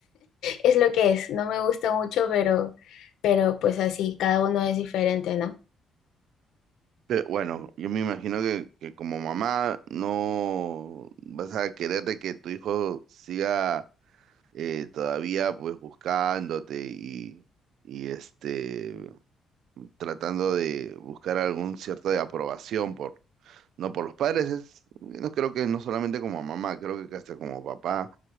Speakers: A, on the left (about 75°); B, on the right (about 75°).
A: es lo que es, no me gusta mucho, pero, pero pues así, cada uno es diferente, ¿no?
B: Pe- bueno, yo me imagino que, que como mamá no vas a querer de que tu hijo siga eh, todavía pues buscándote y, y este tratando de buscar algún cierto de aprobación por, No, por los padres es, no creo que no solamente como mamá, creo que hasta como papá,